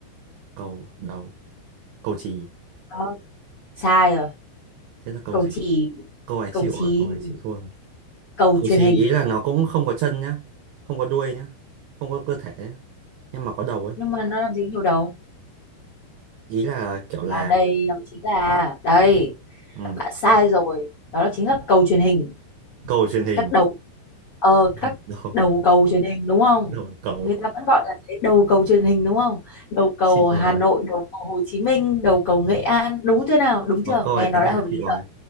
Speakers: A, on the right (about 80°); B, on the left (about 70°).
A: cầu đầu cầu chì
B: Ờ, sai rồi
A: thế là cầu
B: cầu
A: gì
B: chì
A: câu này
B: cầu
A: chịu
B: chì
A: rồi câu này chịu thua rồi
B: cầu
A: Cậu
B: truyền
A: chì
B: hình
A: ý là nó cũng không có chân nhá, không có đuôi nhá, không có cơ thể nhá, nhưng mà có đầu ấy.
B: nhưng mà nó làm gì có nhiều đầu
A: Ý là kiểu
B: và
A: là
B: đây nó chính là đây
A: ừ,
B: bạn sai rồi đó là chính là cầu truyền hình
A: cầu truyền hình,
B: các đầu ờ
A: <laughs>
B: các
A: đầu,
B: đầu cầu truyền hình đúng không
A: đầu cầu,
B: người ta vẫn gọi là cái đầu cầu truyền hình đúng không đầu
A: <laughs>
B: cầu
A: chịu
B: Hà
A: rồi.
B: Nội đầu cầu Hồ Chí Minh đầu cầu Nghệ An đúng chưa nào đúng
A: Ờ,
B: chưa
A: câu
B: nghe
A: này
B: nó
A: tại hạ
B: đã hợp lý
A: chịu rồi.
B: chưa